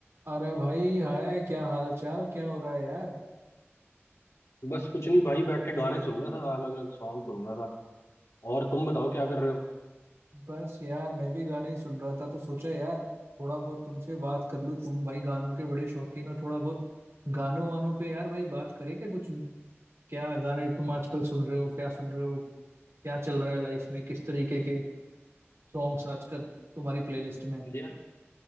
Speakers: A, on the right; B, on the left.
A: अरे भाई हाय क्या हाल चाल क्या हो रहा है यार
B: बस कुछ नहीं भाई बैठे गाने सुन रहा था अलग अलग सॉन्ग सुन रहा था और तुम बताओ क्या कर रहे हो
A: बस यार मैं भी गाने ही सुन रहा था तो सोचा यार थोड़ा बहुत तुमसे बात कर लूं तुम भाई गानों के बड़े शौकीन हो थोड़ा बहुत गानों वानों पे यार भाई बात करें क्या कुछ क्या गाने तुम आजकल सुन रहे हो क्या सुन रहे हो क्या चल रहा है लाइफ में किस तरीके के सॉन्ग्स आजकल तुम्हारी प्लेलिस्ट में हैं?
B: यार